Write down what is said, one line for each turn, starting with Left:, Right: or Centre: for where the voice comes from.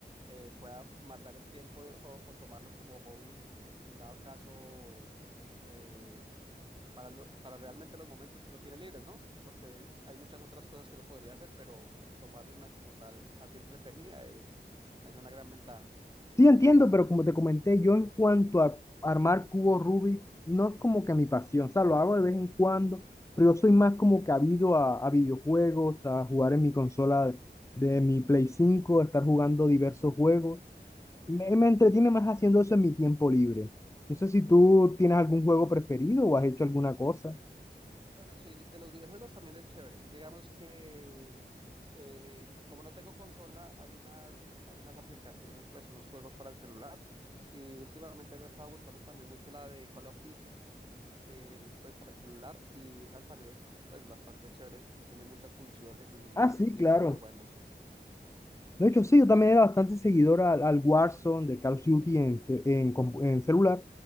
Right: eh, pueda matar el tiempo o, o tomarlo como hobby, en dado caso, eh, para, lo- para realmente los momentos que uno tiene libres, ¿no? Porque hay muchas otras cosas que uno podría hacer, pero tomar una como tal, así entretenida, es, es una gran ventaja.
Left: Sí, entiendo, pero como te comenté, yo en cuanto a armar cubos Rubik, no es como que mi pasión, o sea, lo hago de vez en cuando, pero yo soy más como que habido a, a videojuegos, a jugar en mi consola de, mi Play 5 a estar jugando diversos juegos. Me, me entretiene más haciendo eso en mi tiempo libre. No sé si tú tienes algún juego preferido o has hecho alguna cosa.
Right: Bueno, sí, de los videojuegos también es chévere. Digamos que eh, como no tengo consola, hay unas, hay unas aplicaciones, pues unos juegos para el celular. Y últimamente me he estado gustando también mucho la de Call of Duty, eh, pues para el celular. Y esa también es pues bastante chévere. Tiene muchas funciones y los
Left: Ah,
Right: gráficos
Left: sí, claro.
Right: son súper buenos.
Left: De hecho, sí, yo también era bastante seguidor al, al Warzone de Call of Duty en, te- en, compu- en celular,